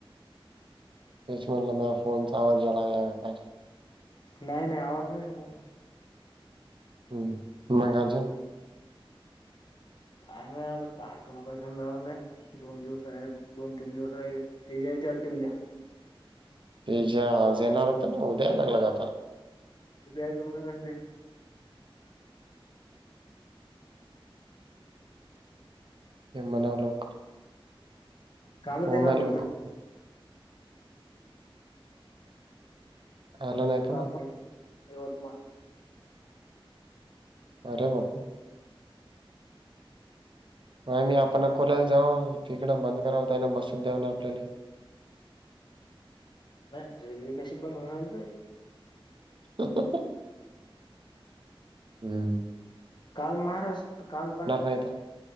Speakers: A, on the right; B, on the left.
A: तेच म्हणलं माय फोनचा आवाज यायला लागला की काय?
B: नाही नाही, आवाज नाही आला मला.
A: हम्म, मग अजून?.
B: काय नाही, आता काय करू काही समजना झालंय. दोन दिवस आहे फक्त, दोन तीन दिवस आहे, तेच्या आहे ते देऊया उद्या.
A: ते ज्या आज येणार होत ना, उद्या यायला लागला काय आता?
B: उद्या येतो म्हणाले ते. <inaudible>
A: हे म्हणावं लवकर.
B: कालच
A: हो,
B: येणार
A: मला
B: होतं.
A: बी. आलं नाही का
B: काल
A: मग
B: पण, यवतमाळ.
A: अरे बापरे! मग आम्ही आपण कोणाला जाव, तिकडं बंद कराव त्यांना बसत द्याऊ ना आपल्याला.
B: नाही, रेल्वे कशी बंद राहणार.
A: <inaudible>
B: <inaudible>
A: हम्
B: काल महाराष्ट्र, कालचा.
A: नाही आता